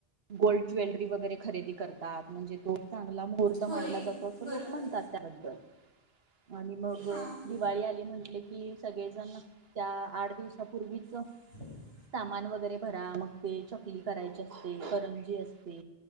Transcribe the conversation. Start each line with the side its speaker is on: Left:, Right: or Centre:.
Right: गोल्ड ज्वेलरी वगैरे खरेदी करतात म्हणजे तो चां गला मुहूर्त
Left: होय
Right: मांनला जातो असं
Left: बरोबर
Right: लोक म्हणतात त्याबद्दल आणि मग
Left: हां
Right: दिवाळी आली म्हंटली कि सगळेजण त्या आड दिवसापूर्वीच
Left: <unintelligible>
Right: सामान वगैरे भरा मग ते चकली करायची असते करंजी असते